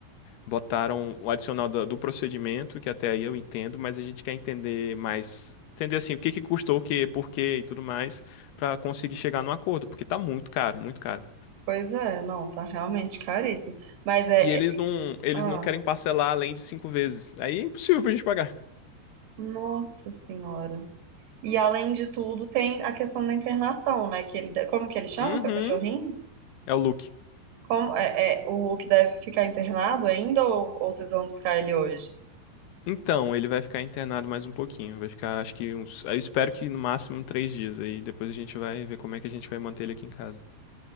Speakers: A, on the left (about 80°); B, on the right (about 75°).
A: botaram o adicional do, do procedimento, que até aí eu entendo, mas a gente quer entender mais. Entender assim, o que que custou o quê, por quê e tudo mais, pra conseguir chegar num acordo, porque tá muito caro, muito caro.
B: Pois é, não, tá realmente caríssimo. Mas é.
A: E eles
B: é-
A: não, eles
B: Ah,
A: não querem parcelar além de cinco vezes. Aí é impossível pra gente pagar.
B: nossa senhora. E além de tudo, tem a questão da internação, né? Que ele, de- como que ele chama
A: Uhum.
B: seu cachorrinho?
A: É o look.
B: Como, é, é, o Luke deve ficar internado ainda ou, ou vocês vão buscar ele hoje?
A: Então, ele vai ficar internado mais um pouquinho. Vai ficar, acho que uns. Eu espero que no máximo três dias. Aí depois a gente vai ver como é que a gente vai manter ele aqui em casa.